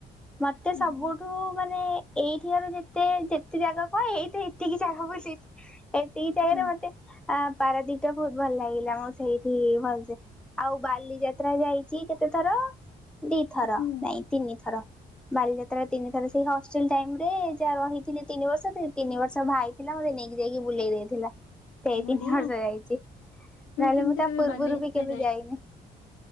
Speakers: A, in the centre; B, on the left (about 80°).
A: ମତେ
B: ହୁଁ
A: ସବୁଠୁ ମାନେ ଏଇଠିକାର ଯେତେ ଯେତେ ଜାଗା କଣ ଏଇତ ଏତିକି ଜାଗା ବୁଲି ଏତିକି ଜାଗାରେ
B: ହଁ
A: ମତେ ଆ ପାରାଦ୍ଵୀପଟା ବୋହୁତ ଭଲ ଲାଗିଲା। ମୁଁ ସେଇଠି ହି ଭଲସେ ଆଉ ବାଲି ଯାତ୍ରା ଯାଇଚି କେତେଥର ଦିଥର
B: ହୁଁ
A: ନାଇଁ ତିନିଥର। ବାଲିଯାତ୍ରା ତିନି ଥର ସେଇ ହଷ୍ଟେଲ ଟାଇମ୍ ରେ ଯାହା ରହିଥିଲି ତିନି ବର୍ଷ ସେଇ ତିନି ବର୍ଷ ଭାଇ ଥିଲା ମୋତେ ନେଇକି ଯାଇକି ବୁଲେଇ ଦେଇଥିଲା। ସେଇ ତିନି
B: ବଢିଆ
A: ବର୍ଷ
B: ଆଉ
A: ଯାଇଚି ନହେଲେ
B: କିନ୍ତୁ
A: ମୁଁ ତା
B: କେବେ
A: ପୂର୍ବରୁ
B: ବାଲିଯାତ୍ରା
A: ବି କେବେ ଯାଇନି।